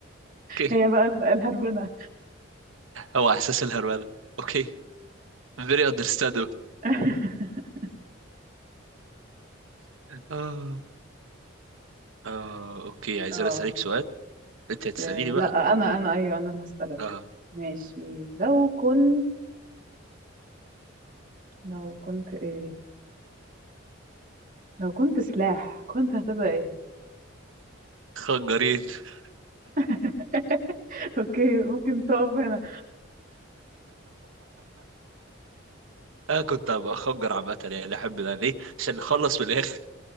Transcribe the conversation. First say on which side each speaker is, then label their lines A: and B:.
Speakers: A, on the right; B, on the right.
A: اوكي
B: هي بقى ال- الهربنه
A: هو احساس الهرمله اوكي very understandable
B: <laughs>
A: اه اه اوكي عايز
B: اه
A: انا اسالك سؤال انت هتساليني
B: آه،
A: بقى
B: لا انا انا ايوه انا اللي هسألك
A: اه
B: ماشي لو كنت لو كنت ايه لو كنت سلاح كنت هتبقى ايه
A: خنجرين <laughs>
B: <laughs> اوكي ممكن تقف هنا
A: انا كنت هبقى خنجر عامه يعني احب ده ليه عشان نخلص من الاخر